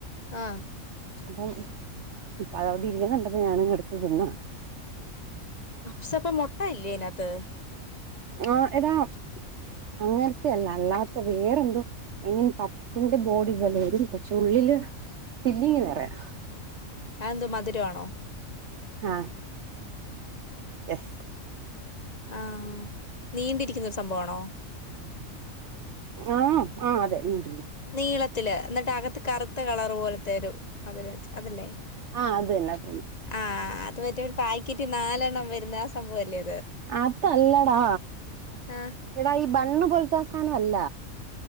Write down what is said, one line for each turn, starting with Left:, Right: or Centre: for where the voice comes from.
Left: ആ
Right: അപ്പം അതവടെ ഇരിക്ക്ന്ന കണ്ടപ്പം ഞാനങ്ങ് എട്ത്ത് തിന്നാ
Left: പപ്പ്സപ്പ മുട്ട ഇല്ലേ തിനാത്ത്
Right: ആ ഏതാ അങ്ങനത്തെ അല്ല അല്ലാത്ത വേറെന്തോ ഐ മീൻ പപ്പ്സിന്റെ ബോഡി പോലെ വരും പക്ഷെ ഉള്ളില് സില്ലിങ്ങ് വേറയാ
Left: ആ എന്ത് മധുരാണോ
Right: ആ എസ്
Left: ആ നീണ്ടിരിക്കുന്നോരു സംഭവം ആണോ
Right: ആഹ ആ അതെ നീൻ
Left: നീളൻ ഇല്ല എന്നിട്ട അകത്ത് കറുത്ത കളർ പോലത്തെ ഒരു അതിരട്ട് അതല്ലേ
Right: ആ അത് തന്നെ അത് തന്നെ
Left: ആ അത് മറ്റേ ഒരു പാക്കറ്റ് നാലെണ്ണം വരുന്ന ആ സംഭവം അല്ലേ
Right: അത് അല്ലടാ
Left: ആ
Right: എടാ ഈ ബണ് പോലത്തെസാനം അല്ല